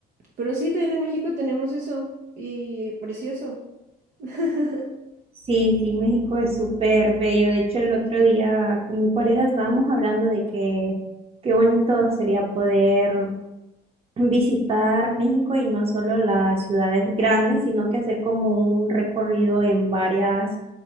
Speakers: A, on the right (about 55°); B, on the right (about 35°).
A: pero sí, también en México tenemos eso. Y precioso. <laughs>
B: Sí, sí, México es súper bello. De hecho, el otro día con mi pareja estábamos hablando de que qué bonito sería poder visitar México y no solo las ciudades grandes, sino que hacer como un recorrido en varias